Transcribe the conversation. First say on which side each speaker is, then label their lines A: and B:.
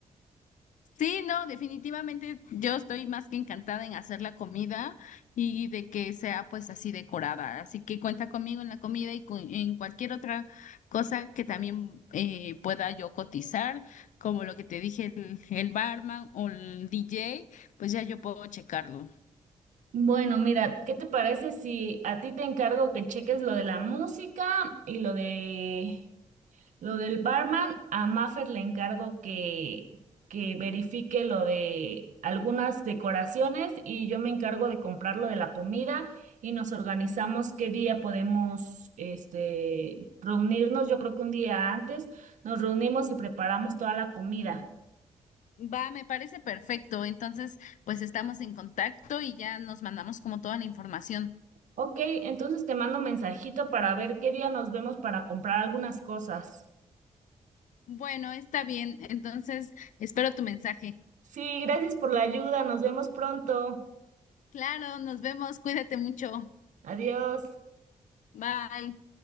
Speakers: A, on the left; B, on the right.
A: Sí, no, definitivamente yo estoy más que encantada en hacer la comida y de que sea pues así decorada. Así que cuenta conmigo en la comida y cu- en cualquier otra cosa que también eh, pueda yo cotizar, como lo que te dije, el, el barman o el DJ, pues ya yo puedo checarlo.
B: Bueno, mira, ¿qué te parece si a ti te encargo que cheques lo de la música y lo de Lo del barman, a Maffer le encargo que, que verifique lo de algunas decoraciones y yo me encargo de comprar lo de la comida y nos organizamos qué día podemos este, reunirnos. Yo creo que un día antes nos reunimos y preparamos toda la comida.
A: Va, me parece perfecto. Entonces, pues estamos en contacto y ya nos mandamos como toda la información.
B: Ok, entonces te mando un mensajito para ver qué día nos vemos para comprar algunas cosas.
A: Bueno, está bien. Entonces, espero tu mensaje.
B: Sí, gracias por la ayuda. Nos vemos pronto.
A: Claro, nos vemos. Cuídate mucho.
B: Adiós.
A: Bye.